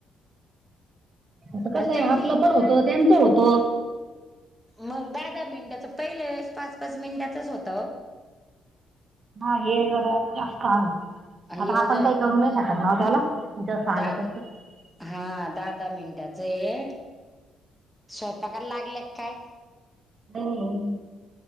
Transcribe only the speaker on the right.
आता
कस आहे
आपलं पण होत त्यांचं होत.
हा हे जरा जास्त आलं
आता आपण काही करू नाही शकत ना त्याला. जसं
आलं तसं
रिकामा ऑडिओ